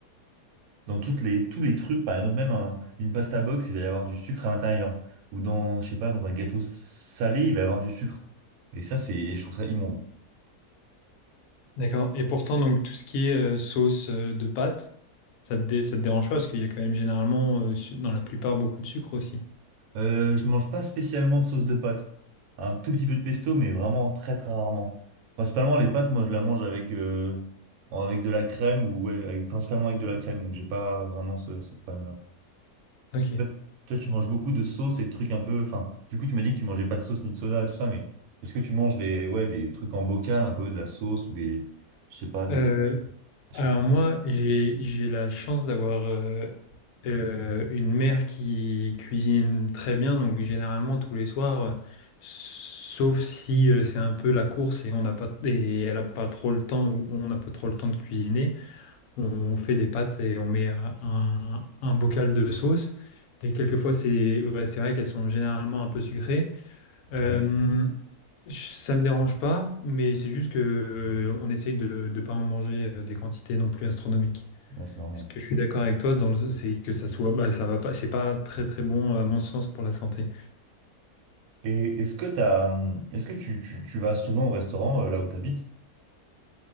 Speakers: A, on the right (about 75°); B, on the left (about 75°).
A: dans toutes les, tous les trucs, par exemple, même un- une pasta box, il va y avoir du sucre à l'intérieur. Ou dans, je sais pas, dans un gâteau salé, il va y avoir du sucre. Et ça, c'est, je trouve ça immonde.
B: D'accord. Et pourtant, donc, tout ce qui est euh, sauce euh, de pâte, ça te dé- ça te dérange pas parce qu'il y a quand même généralement, euh, su- dans la plupart, beaucoup de sucre aussi.
A: Euh, je mange pas spécialement de sauce de pâte. Un tout petit peu de pesto, mais vraiment très très rarement. Principalement, les pâtes, moi, je la mange avec, euh, avec de la crème ou ouais, avec, principalement avec de la crème. Donc, j'ai pas vraiment ce, ce problème-là.
B: Ok.
A: Toi, toi, tu manges beaucoup de sauces et de trucs un peu. Enfin, du coup, tu m'as dit que tu mangeais pas de sauce ni de soda et tout ça, mais est-ce que tu manges des, ouais, des trucs en bocal, un peu de la sauce ou des, je sais pas, des,
B: Euh,
A: des
B: alors
A: choses comme ça?
B: moi, j'ai, j'ai la chance d'avoir euh, euh, une mère qui cuisine très bien, donc généralement tous les soirs, euh, sauf si euh, c'est un peu la course et on n'a pas et elle n'a pas trop le temps ou on n'a pas trop le temps de cuisiner. on on fait des pâtes et on met euh, un, un bocal de sauce. Et quelquefois, c'est ouais, c'est vrai qu'elles sont généralement un peu sucrées. Euh,
A: Ouais,
B: je- ça me dérange pas, mais c'est juste que euh, on essaye de ne pas en manger euh, des quantités non plus astronomiques.
A: ouais, c'est normal.
B: Parce que je suis d'accord avec toi, dans le, c'est que ça soit, bah, ça va pas, c'est pas très très bon à mon sens pour la santé.
A: Et est-ce que t'as, hum, est-ce que tu, tu, tu vas souvent au restaurant euh, là où t'habites?